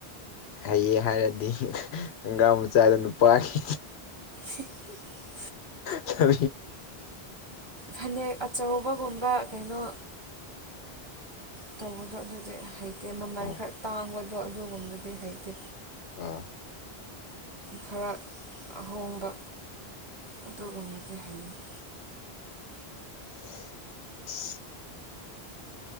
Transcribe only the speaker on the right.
<unintelligible>
ꯐꯅꯦꯛ ꯑꯆꯧꯕꯒꯨꯝꯕ ꯀꯩꯅꯣ ꯇꯧꯕꯗꯣ ꯑꯗꯨꯗꯤ ꯍꯩꯇꯦ ꯃꯃꯜ
ꯈꯔ ꯇꯥꯡꯕꯗꯣ ꯑꯗꯨꯒꯨꯝꯕꯗꯨꯗꯤ ꯍꯩꯇꯦ
ꯈꯔ ꯑꯍꯣꯡꯕ ꯑꯗ ꯀꯨꯝꯔꯗꯤ ꯍꯥꯏꯩꯦ